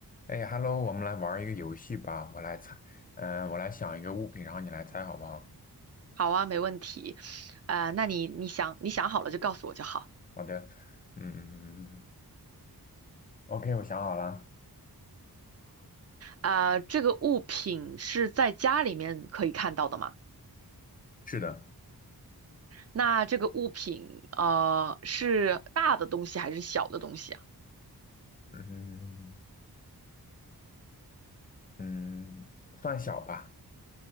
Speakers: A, on the left; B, on the right.
A: 哎，Hello，我们来玩一个游戏吧。我来猜，嗯、我来想一个物品，然后你来猜，好不好？
B: 好啊，没问题。呃，那你你想你想好了就告诉我就好。
A: 好的，嗯，OK，嗯嗯嗯我想好了。
B: 啊、这个物品是在家里面可以看到的吗？
A: 是的，
B: 那这个物品呃是大的东西还是小的东西啊？
A: 嗯嗯，算小吧，